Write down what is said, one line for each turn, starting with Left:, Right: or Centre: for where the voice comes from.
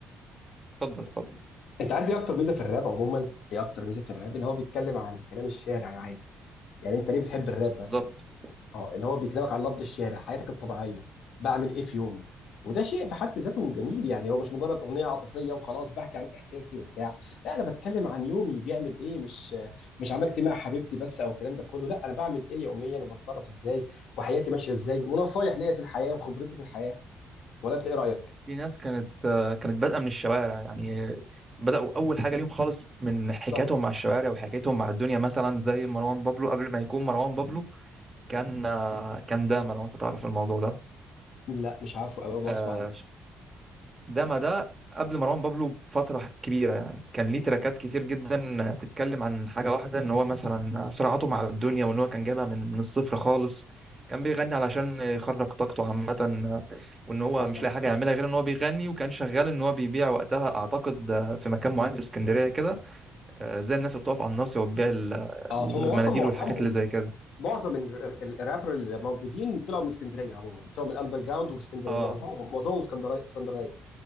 Right: اتفضل اتفضل
Left: انت عارف ايه اكتر ميزه في الراب عموما ايه اكتر ميزه في الراب ان هو بيتكلم عن كلام الشارع عادي يعني انت ليه بتحب الراب مثلا
Right: بالظبط.
Left: اه ان هو بيكلمك عن نبض الشارع حياتك الطبيعيه بعمل ايه في يومي وده شيء في حد ذاته جميل يعني هو مش مجرد اغنيه عاطفيه وخلاص بحكي عن احساسي وبتاع لا انا بتكلم عن يومي بيعمل ايه مش مش عملت إيه مع حبيبتي بس او الكلام ده كله لا انا بعمل ايه يوميا وبتصرف ازاي وحياتي ماشيه ازاي ونصايح ليا في الحياه وخبرتي في الحياه ولا انت ايه رايك؟
Right: في ناس كانت كانت بادئه من الشوارع يعني بداوا اول حاجه ليهم خالص من حكايتهم
Left: طب
Right: مع الشوارع وحكايتهم مع الدنيا مثلا زي مروان بابلو قبل ما يكون مروان بابلو كان كان داما لو انت تعرف الموضوع ده
Left: لا مش عارفه قوي اول مره
Right: آه،
Left: اسمع عنه
Right: داما ده قبل مروان بابلو بفتره كبيره يعني كان ليه تراكات كتير جدا تتكلم عن حاجه واحده ان هو مثلا صراعاته مع الدنيا وان هو كان جايبها من من الصفر خالص كان بيغني علشان يخرج طاقته عامه وان هو
Left: والله
Right: مش لاقي حاجه يعملها غير ان هو بيغني وكان شغال ان هو بيبيع وقتها اعتقد آه، في مكان معين في اسكندريه كده آه، زي الناس اللي بتقف على الناصيه وبتبيع ال-
Left: اه
Right: المناديل
Left: هم اصلا معظمهم
Right: والحاجات اللي زي كده
Left: معظم ال- ال- الرابر اللي موجودين طلعوا من اسكندريه عموما طلعوا من الاندر جراوند واسكندريه
Right: اه
Left: معظمهم معظمهم اسكندريه اسكندريه